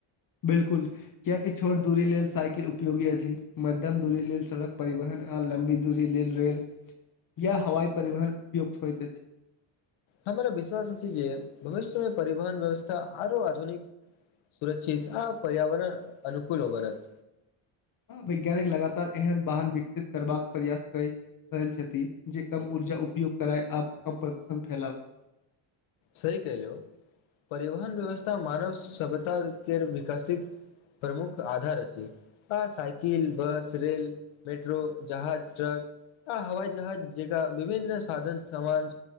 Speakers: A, on the left; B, on the left.
A: बिलकुल कियकि छोट दूरी लेल साइकिल उपयोगी अछि, मध्यम दूरी लेल सड़क परिवहन आ लम्बी दूरी लेल रेल या हवाई परिवहन उपयुक्त होइत अछि।
B: हमरा विश्वास अछि जे भविष्यमे परिवहन व्यवस्था आरो आधुनिक, सुरक्षित आ पर्यावरण अनुकूल हो बनत।
A: हां, वैज्ञानिक लगातार एहन वाहन विकसित करबाक प्रयास क रहल छथि जे कम ऊर्जा उपयोग करय आ कम प्रदूषण फैलाबै।
B: सही कहलहुं, परिवहन व्यवस्था मानव सभ्यता केर विकासक प्रमुख आधार अछि आ साइकिल, बस, रेल, मेट्रो, जहाज, ट्रक आ हवाई जहाज जकां विभिन्न साधन समाज